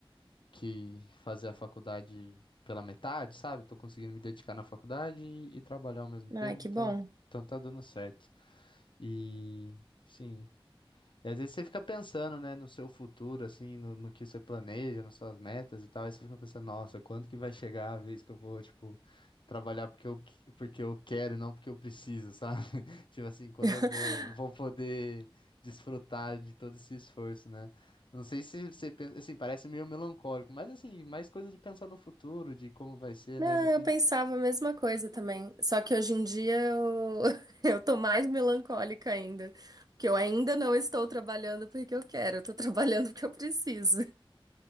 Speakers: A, on the left; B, on the right.
A: que fazer a faculdade pela metade, sabe? Tô conseguindo me dedicar na faculdade e, e trabalhar ao mesmo tempo.
B: Ai, que
A: Então,
B: bom.
A: então tá dando certo. E sim. E às vezes você fica pensando, né, no seu futuro, assim, no, no que você planeja, nas suas metas e tal, e você fica pensando, nossa, quando que vai chegar a vez que eu vou, tipo, trabalhar porque eu, que- porque eu quero e não porque eu preciso, sabe? <laughs> Tipo assim, quando
B: <laughs>
A: eu vou, vou poder desfrutar de todo esse esforço, né? Não sei se você pensa, assim, parece meio melancólico, mas assim, mais coisa de pensar no futuro, de como vai ser,
B: Não,
A: né? Não sei.
B: eu pensava a mesma coisa também. Só que hoje em dia eu, <laughs> eu tô mais melancólica ainda. Porque eu ainda não estou trabalhando porque eu quero, eu tô trabalhando porque eu preciso.